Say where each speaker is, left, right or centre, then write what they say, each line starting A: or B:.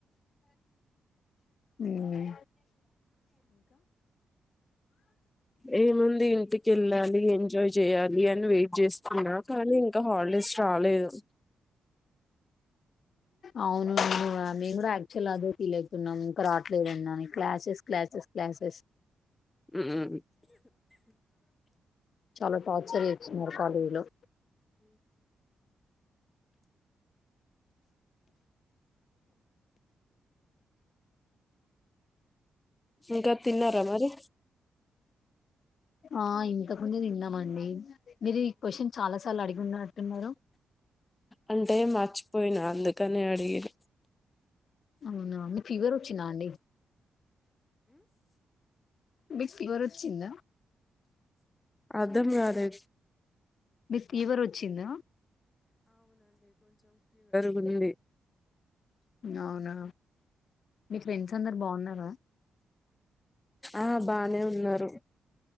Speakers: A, on the left; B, on the left.
A: అవు ఉమ్
B: ఏ ముంది ఇంటి కి వెళ్ళాలి ఎంజాయ్ చేయాలి అని వెయిట్ చేస్తున్నా కానీ ఇంకా హాలిడేస్ రాలేదు
A: అవునువును మేము కూడా యాక్చువల్ అదే ఫీల్వుతున్నాం ఇంకా రావట్లేదని క్లాసెస్ క్లాసెస్ క్లాసెస్
B: మ్మ్
A: చాలా టార్చర్ చేస్తున్నారు కాలేజ్లో
B: ఇంకా తిన్నార మరి
A: ఆ ఇంతక ముందె తిన్న మండి మీరు ఈ క్వశ్చన్ చాలా సార్లు అడిగి ఉన్నట్టున్నారు
B: అంటే మర్చిపోయినా అందుకనే అడిగిన
A: అవునా ఫీవర్ వచ్చినా అండి బిక్ ఫీవర్ వచ్చిందా
B: అద్దం కాలే
A: మీక్ ఫీవర్ వచ్చిందా?
B: తినండి
A: అవునా మీ ఫ్రెండ్స్ అందరు బాగున్నారా
B: ఆ బానే ఉన్నారు